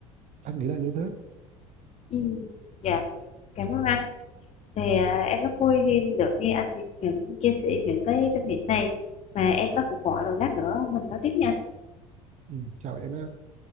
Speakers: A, on the right; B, on the left.
A: anh nghĩ là như thế
B: ừ. dạ cảm ơn anh thì à, em rất vui khi được nghe anh những chia sẻ những cái kinh nghiệm này mà em có cuộc gọi rồi lát nữa mình nói tiếp nha
A: ừ. chào em ha